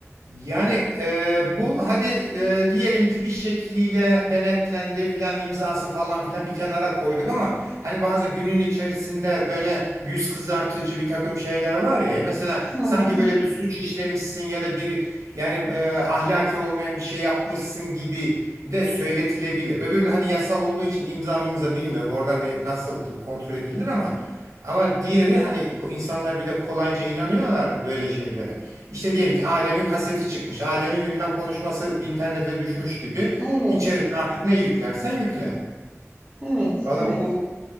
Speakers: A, on the right (about 85°); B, on the right (about 20°).
A: Yani e, bu hadi e, diyelim ki bir şekliyle denetlendi filan imzası falan filan bir kenara koyduk ama hani bazı günün içerisinde böyle yüz kızartıcı bir takım şeyler var ya mesela
B: Hı hı.
A: sanki böyle bir suç işlemişsin ya da bir yani e, ahlaki olmayan bir şey yapmışsın gibi de söyletilebilir. Öbürün hadi yasal olduğu için imza imza bilmiyorum orada ne, nasıl kontrol edilir ama ama diğeri hani ko- insanlar bir de kolayca inanıyorlar böyle şeylere. İşte diyelim ki Adem'in kaseti çıkmış. Adem'in bilmem konuşması internete düşmüş gibi.
B: Evet,
A: İçerisine artık ne yüklersen yükle.
B: evet,
A: Valla
B: evet.
A: bu